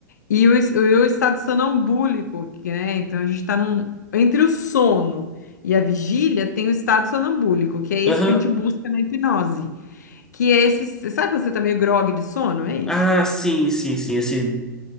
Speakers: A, on the left (about 65°); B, in the centre.
A: e o, es- o estado sonambúlico, que, né? Então, a gente está num entre o sono e a vigília tem o estado sonambúlico, que é esse
B: Aham.
A: que a gente busca na hipnose. Que é esse. Sabe quando você tá meio grogue de sono? É isso.
B: Ah, sim, sim, sim. Esse,